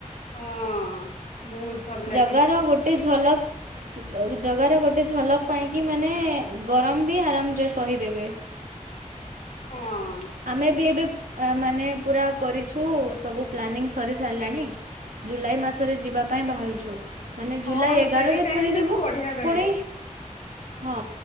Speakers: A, on the left (about 65°); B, on the right (about 85°).
A: ହଁ ବହୁତ ଭଲ ଲାଗିଲା
B: ଜଗାର ଗୋଟେ ଝଲକ ଜଗାର ଗୋଟେ ଝଲକ ପାଇଁକି ମାନେ ଗରମ ବି ଆରାମରେ ସହିଦେବେ।
A: ହଁ।
B: ଆମେ ବି ଏବେ ମାନେ ପୁରା କରିଛୁ ସବୁ ପ୍ଲାନିଂ ସରି ସାରିଲାଣି ଜୁଲାଇ ମାସରେ ଯିବା ପାଇଁ ବାହାରୁଛୁ। ମାନେ ଜୁଲାଇ
A: ହଁ
B: ଏଗାରରେ
A: ସେଇ ଟାଇମରେ
B: ଥରେ ଯିବୁ
A: ତ ବଢିଆ ରହିବ।
B: ପୁଣି ହଁ